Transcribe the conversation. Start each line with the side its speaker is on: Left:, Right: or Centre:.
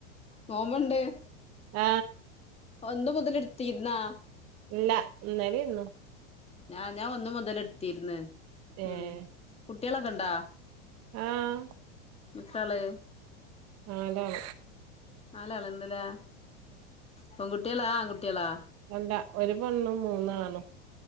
Left: നോമ്പുണ്ട്
Right: ആ
Left: ഒന്ന് മുതല് ഇടുത്തിരുന്നാ?
Right: ഇല്ല ഇന്നലിം ഇന്നും
Left: ഞാൻ ഞാൻ ഒന്ന് മുതൽ എടുത്തിര്ന്ന്.
Right: ഏഹ്
Left: ഉം കുട്ടികളൊക്കെ ഇണ്ടാ
Right: ആഹ്
Left: എത്ര ആള്?
Right: അതാണ്.
Left: നാലാള് ണ്ട് ലേ. പെൺകുട്ട്യാളോ ആൺ കുട്ട്യാളോ
Right: അല്ല ഒരു പെണ്ണും മൂന്നാണും.